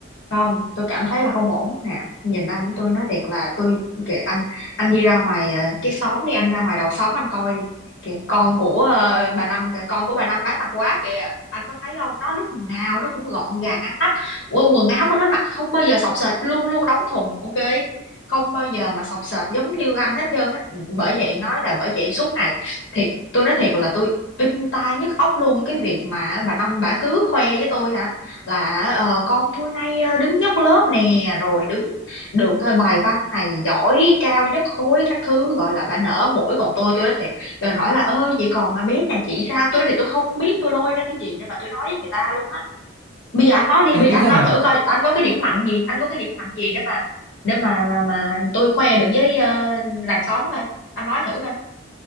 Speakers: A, on the left; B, on the right.
A: không tôi cảm thấy là không ổn nè nhìn anh tôi nói thiệt là tôi kìa anh anh đi ra ngoài ờ, cái xóm đi anh ra ngoài đầu xóm anh coi đi kìa con của ờ, bà Năm kìa con của bà Năm bán tạp hóa kìa anh có thấy không nó lúc nào nó cũng gọn gàng ngăn nắp Ủa, quần áo của nó mặc không bao giờ xộc xệch luôn luôn đóng thùng ok không bao giờ mà xộc xệch giống như anh hết trơn á Ừ, bởi vậy nói là bởi vậy suốt ngày thiệt tôi nói thiệt là tôi in tai nhức óc luôn cái việc mà bà Năm bà cứ khoe với tôi hả là ờ, con tôi nay ờ, đứng nhất lớp nè rồi đứng được ờ, bài văn này giỏi cao nhất khối các thứ gọi là bà nở mũi còn tôi tôi nói thiệt rồi hỏi là ơ vậy còn ờ, bé nhà chị sao tôi nói thiệt tôi không biết tôi lôi ra cái gì để mà tôi nói với người ta luôn á bây giờ anh nói đi bây
B: Ê,
A: giờ
B: tính
A: anh
B: ra
A: nói
B: là
A: thử coi anh có cái điểm mạnh gì anh có cái điểm mạnh gì để mà để mà mà, mà tôi khoe được với ờ, làng xóm coi anh nói thử coi